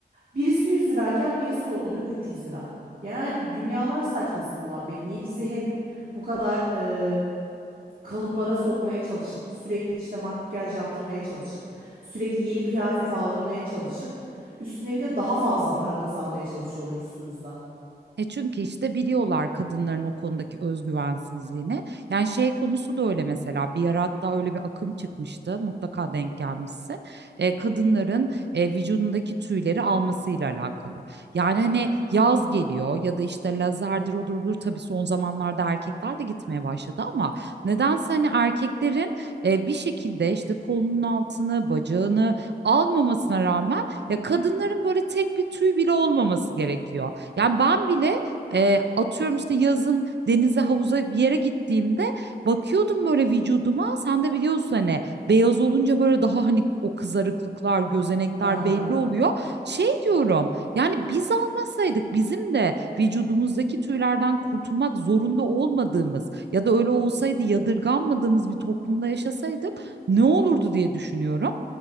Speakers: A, on the right; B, on the right.
A: Birisi 100 lirayken birisi oluyor 300 lira. Yani dünyalar saçması bir muhabbet. Niye bizi hem bu kadar e, kalıplara sokmaya çalışıp sürekli işte makyaj yaptırmaya çalışıp sürekli yeni kıyafet aldırmaya çalışıp üstüne bir de daha fazla para kazanmaya çalışıyorlar üstümüzden.
B: E çünkü işte biliyorlar kadınların o konudaki özgüvensizliğini. Yani şey konusu da öyle mesela bir ara hatta öyle bir akım çıkmıştı mutlaka denk gelmişsin. E, kadınların e, vücudundaki tüyleri almasıyla alakalı. Yani hani yaz geliyor ya da işte lazerdir odur budur tabii son zamanlarda erkekler de gitmeye başladı ama nedense hani erkeklerin e, bir şekilde işte kolunun altını bacağını almamasına rağmen ya kadınların böyle tek bir tüy bile olmaması gerekiyor. Yani ben bile e, atıyorum işte yazın denize havuza bir yere gittiğimde bakıyordum böyle vücuduma. Sen de biliyorsun hani beyaz olunca böyle daha hani o kızarıklıklar, gözenekler
A: Hı hı.
B: belli oluyor. Şey diyorum yani biz almasaydık bizim de vücudumuzdaki tüylerden kurtulmak zorunda olmadığımız ya da öyle olsaydı yadırganmadığımız bir toplumda yaşasaydık ne olurdu diye düşünüyorum.